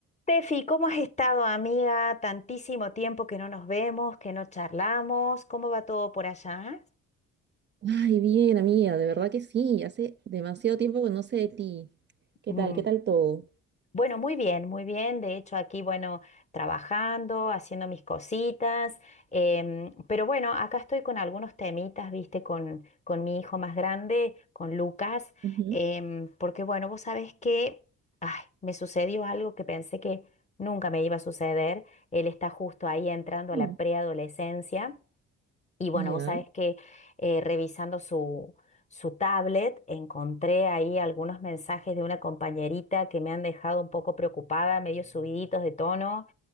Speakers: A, on the left (about 25°); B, on the right (about 35°).
A: Tefi, ¿cómo has estado, amiga? Tantísimo tiempo que no nos vemos, que no charlamos. ¿Cómo va todo por allá?
B: Ay, bien, amiga, de verdad que sí, hace demasiado tiempo que no sé de ti. ¿Qué
A: Mm,
B: tal? ¿Qué tal todo?
A: Bueno, muy bien, muy bien. De hecho, aquí, bueno, trabajando, haciendo mis cositas. em, pero bueno, acá estoy con algunos temitas, viste, con, con mi hijo más grande, con Lucas.
B: Ujú.
A: em, porque bueno, vos sabés que, ay, me sucedió algo que pensé que nunca me iba a suceder. Él está justo ahí entrando
B: Mm.
A: a la preadolescencia. Y bueno,
B: ¿Ya?
A: vos sabés que eh, revisando su, su tablet encontré ahí algunos mensajes de una compañerita que me han dejado un poco preocupada, medio subiditos de tono.